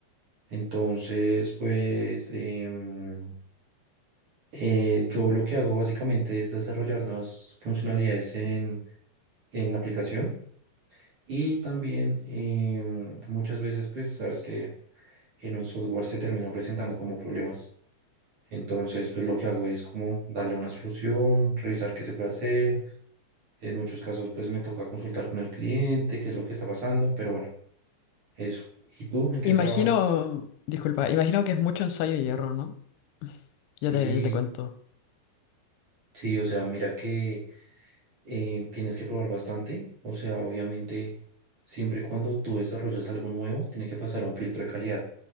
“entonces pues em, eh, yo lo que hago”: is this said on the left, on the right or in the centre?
Right